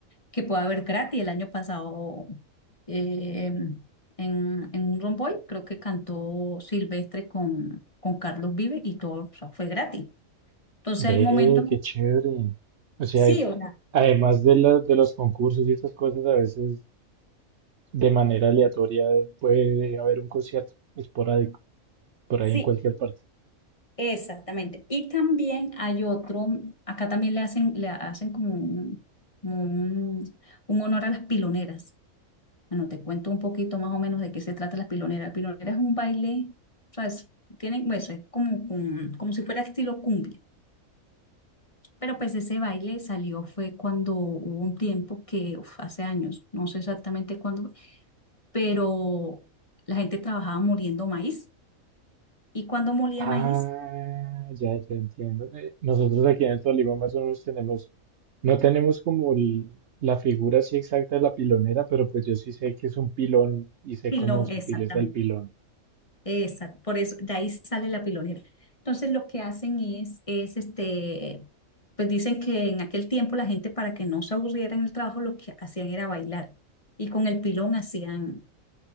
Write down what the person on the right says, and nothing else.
Ve,
qué chévere. O sea,
y
además de, la- de los concursos y estas cosas, a veces de manera aleatoria puede haber un concierto esporádico. por
ahí en cualquier parte.
Ah,
ya, ya entiendo. Eh, Nosotros aquí en el Tolima más o menos tenemos, no tenemos como el- la figura así exacta de la pilonera, pero pues yo sí sé que es un pilón y sé
cómo se
utiliza el pilón.